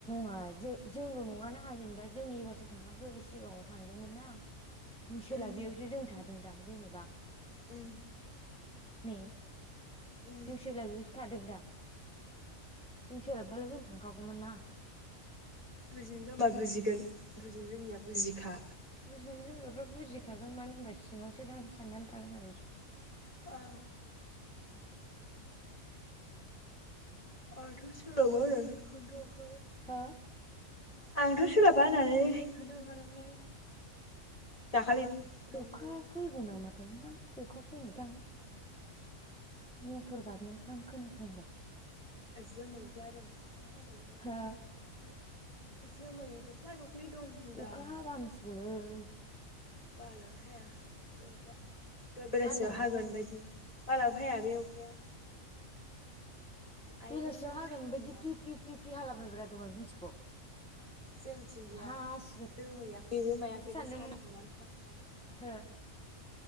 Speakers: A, in the centre; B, on the left.
A: मा जों जोंल' नङा नाङा जेनेबा जोंनि एबारसो थाङाखै सिगाङाव थांदोंमोन ना। जों सोलाबियावसो
B: उम
A: जों थादों दा जेनेबा।
B: उम।
A: ने।
B: उम
A: जों सोलाबैयावसो थादों दा जों सोलाोबबालाय जों थांखागौमोन ना।
B: बुजिनो रोंबा बुजिगोन बुजिनो रोङिया बुजिखा
A: बुजिनो रोंग्राफ्रा बुजिखागोन मानो होनबा सिङावसो साननानै थागोना आरो
B: आ। आंथ' सोलाबा होना खोनथा हरखाबाय।
A: हा?
B: आंथ' सोलाबा होननानै खोनथाहरखादोंलै दाखालि। थांनायावल'
A: अखा
B: होनखादां
A: फैगौ नामाथाय मा अखा फैनायथां मथर गाबनायथां खोनाखो आलाय।
B: जोमै जादों अखा हाबोनो मोन
A: हो
B: ओमफ्राय जोमै दख्ला दख्लि दं होनदां
A: अखा हाबा हामसिगोलै।
B: बालाबो हाया बे दहाय बेलासियाव
A: मा होनदों
B: हागोन बायदिनो बालावबो हाया बे अखाया। आयं
A: बेलासियाव हागोन
B: सानदुङा
A: बायदि फ्रि फ्रि फ्रि फ्रि हालाबायब्रा दहाय मिथिगौ
B: जोंथिं गैया
A: हासिगोनसो
B: दोमैयाखैबो मायाखैबो
A: सानदोंमोन
B: सानदुङानो थां थां।
A: हो